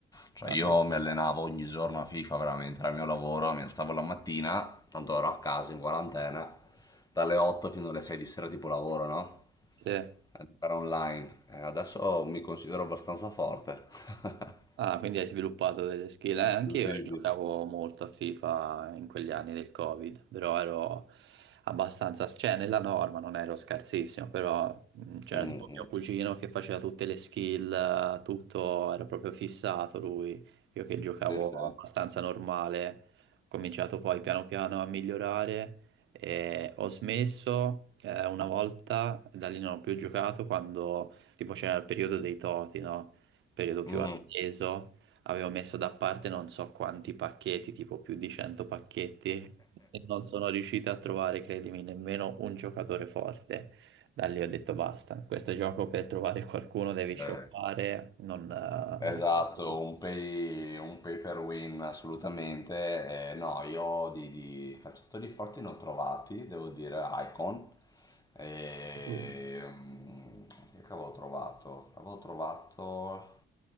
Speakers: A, on the left; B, on the right.
A: Cioè
B: ah,
A: io
B: sì.
A: mi allenavo ogni giorno a FIFA veramente, era il mio lavoro, mi alzavo la mattina, tanto ero a casa in quarantena, dalle 8 fino alle 6 di sera tipo lavoro, no?
B: Sì.
A: A giocare online. Eh, adesso mi considero abbastanza forte. <laughs>
B: Ah, quindi hai sviluppato delle skill. Eh, anche
A: Sì,
B: io giocavo
A: sì.
B: molto a FIFA in quegli anni del Covid, però ero abbastanza, cioè nella norma non ero scarsissimo, però mh, c'era
A: Mm,
B: tipo
A: mm.
B: mio cugino che faceva tutte le skill, eh, tutto, era proprio fissato lui. Io che giocavo
A: Sì, sì.
B: abbastanza normale, ho cominciato poi piano piano a migliorare e ho smesso eh, una volta, da lì non ho più giocato quando tipo c'era il periodo dei Toti, no? periodo
A: Mhm.
B: più atteso, avevo messo da parte non so quanti pacchetti, tipo più di 100 pacchetti, e non sono riuscito a trovare, credimi, nemmeno un giocatore forte. Da lì ho detto basta, in questo gioco per trovare qualcuno devi shoppare,
A: Eh,
B: non, eh,
A: Esatto,
B: non voglio più.
A: un pay, un pay per win assolutamente. Eh, no, io di, di calciatori forti ne ho trovati, devo dire Icon. E,
B: Tu?
A: mm, che avevo trovato? Avevo trovato